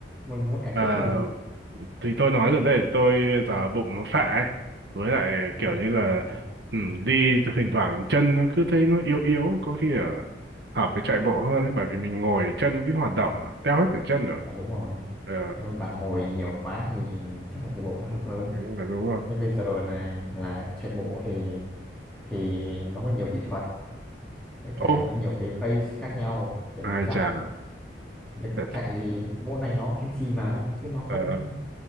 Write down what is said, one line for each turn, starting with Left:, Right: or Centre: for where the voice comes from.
Centre: mình muốn cải
Right: đấy
Centre: thiện cái gì
Right: thì tôi nói rồi đây tôi giả bụng nó phệ ấy với lại
Centre: Ủa,
Right: kiểu như là
Centre: thật ra-
Right: ừ, đi thỉnh thoảng chân nó cứ thấy nó yếu yếu có khi ở hợp với chạy bộ hơn ấy bởi vì mình ngồi chân ít hoạt động mà teo hết cả chân rồi
Centre: à, đúng rồi
Right: ờ
Centre: nếu mà bạn ngồi nhiều quá thì chắc là chạy bộ nó hợp hơn
Right: thì đúng rồi đúng rồi
Centre: thế bây giờ này là chạy bộ thì thì nó có nhiều kỹ thuật với cả
Right: ô
Centre: có nhiều cái pace khác nhau để
Right: ai
Centre: mình chạy
Right: chà
Centre: Với
Right: thế,
Centre: cả chạy thì môn này nó kiên trì mà chứ nó không
Right: ờ,